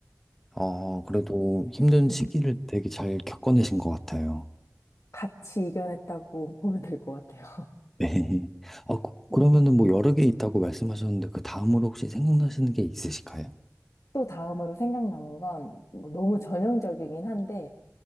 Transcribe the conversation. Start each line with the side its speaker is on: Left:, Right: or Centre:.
Centre: 어, 그래도 힘든
Left: 음,
Centre: 시기를 되게 잘 겪어내신 것 같아요.
Left: 같이 이겨냈다고 <laughs> 보면 될 것 같아요.
Centre: 네. <laughs> 아, 그- 그러면은
Left: 음.
Centre: 뭐 여러 개 있다고 말씀하셨는데 그 다음으로 혹시 생각나시는 게 있으실까요?
Left: 또 다음으로 생각나는 건뭐 너무 전형적이긴 한데